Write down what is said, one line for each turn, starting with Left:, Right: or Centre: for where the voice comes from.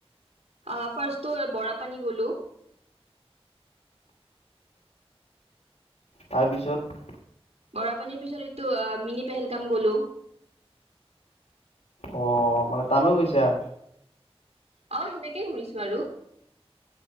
Right: আহ ফাৰ্ষ্টো বৰা পানী গলো
Left: তাৰপিছত
Right: ৰা পানীৰ পিছত এইটো মিঙি পেহেলগাম গলো।
Left: অ মানে তালৈ গৈছাঁ।
Right: অ সেনেকেই ঘূৰিছো আৰু